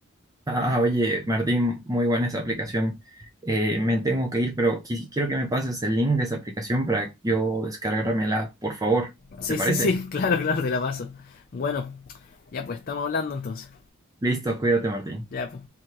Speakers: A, on the right; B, on the left.
A: ah, oye, Martín, muy buena esa aplicación. Eh, me tengo que ir, pero quis- quiero que me pases el link de esa aplicación para yo descargármela, por favor.
B: Sí,
A: ¿Te parece?
B: sí, sí, <laughs> claro, claro, te la paso. Bueno, ya pues estamos hablando entonces.
A: Listo, cuídate, Martín.
B: Ya pues.